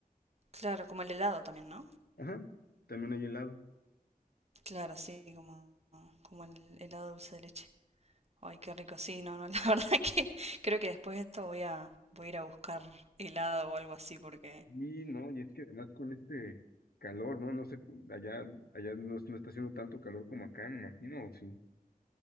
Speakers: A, on the right; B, on the left.
A: Claro, como el helado también, ¿no?
B: Ajá, también hay helado.
A: Claro, sí, como, como el helado dulce de leche. Ay, qué rico. Sí, no, no, <laughs> la verdad que creo que después de esto voy a, voy a ir a buscar helado o algo así porque...
B: Y no, y es que además con este calor, ¿no? No sé, allá, allá no, no está haciendo tanto calor como acá, me imagino, ¿o sí.